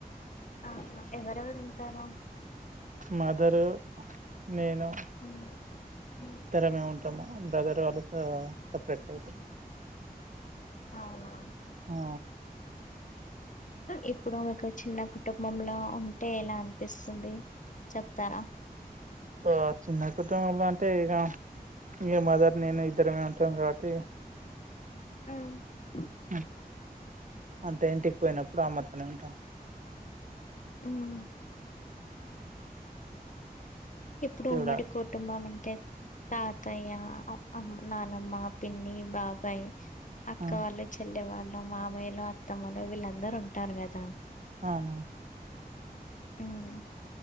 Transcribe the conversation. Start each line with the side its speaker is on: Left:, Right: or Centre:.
Left: ఆహ ఎవరెవరు ఉంటారు?
Right: మదరు నేను
Left: ఉమ్, ఉమ్,
Right: ఇద్దరమే ఉంటాము. బ్రదర్ వాళ్లు స సపరేట్ పోయిర్రు
Left: అవునా
Right: ఆ
Left: ఇప్పుడు మీకు చిన్న కుటుంబంలో ఉంటే ఇలా అనిపిస్తుంది? చెప్తార
Right: ఆ చిన్న కుటుంబమే అంటే ఇగ ఇంగ మదర్ నేను ఇద్దరమే ఉంటాం కాబట్టి
Left: మ్
Right: మ్ అంతె ఇంటికి పోయినప్పుడు అమ్మతోనే ఉంటా
Left: మ్ ఇప్పుడు
Right: చూడాలి
Left: ఉమ్మడి కో కుటుంబం అంటే తాతయ్య, అమ్ నానమ్మ, పిన్ని, బాబాయ్ అక్కవాళ్ళు,
Right: ఆ,
Left: చెల్లెవాళ్ళు, మామయ్యలు, అత్తమ్మలు వీళ్ళందరూ ఉంటారు కదా
Right: అవును
Left: ఉమ్